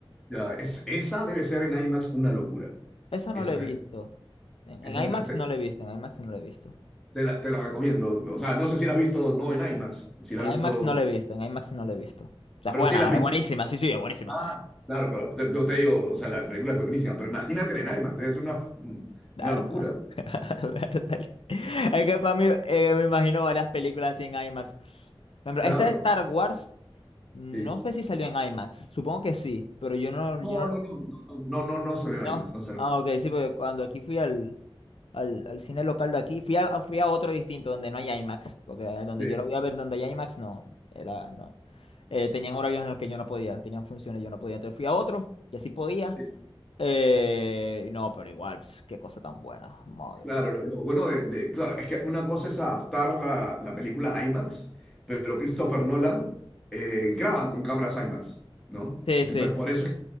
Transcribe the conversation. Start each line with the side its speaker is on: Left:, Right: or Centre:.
Centre: Ya, es, esa debe ser en IMAX una locura.
Left: Esa no
Centre: Esa,
Left: la he visto. En,
Centre: esa
Left: en IMAX
Centre: te, te-
Left: no la he visto. En IMAX no la he visto.
Centre: te la, te la recomiendo. O sea, no sé si la has visto, no en IMAX, si la
Left: En
Centre: has visto,
Left: IMAX no la he visto, en IMAX no la he visto. O sea,
Centre: pero
Left: es buena,
Centre: sí la has visto.
Left: es buenísima, sí, sí, es buenísima.
Centre: Ah, claro, claro. Te- Yo te digo, o sea, la película fue buenísima, pero imagínate en IMAX, es una,
Left: La
Centre: una locura.
Left: verdad. <laughs> Bertale. Es que para mí, eh, me imagino varias películas así en IMAX. Por ejemplo,
Centre: Claro,
Left: esta de Star Wars, no
Centre: sí.
Left: sé si salió en IMAX. Supongo que sí, pero yo no,
Centre: No,
Left: yo no,
Centre: no, no, no, no, no, no salió en
Left: no.
Centre: IMAX, no salió.
Left: Ah, ok, sí, porque cuando aquí fui al, al, al cine local de aquí, fui a, fui a otro distinto donde no hay IMAX, porque donde
Centre: Sí,
Left: yo lo voy a ver donde hay IMAX, no, era, no. Eh, tenían horarios en los que yo no podía, tenían funciones, yo no podía. Entonces fui a otro que sí podía
Centre: sí.
Left: Eh, no, pero igual, pf, qué cosa tan buena, madre
Centre: Claro,
Left: mía.
Centre: lo, lo bueno de, de- claro, es que una cosa es adaptar la, la película a IMAX, pero Christopher Nolan eh, graba con cámaras IMAX, ¿no?
Left: Sí,
Centre: Entonces,
Left: sí,
Centre: por eso es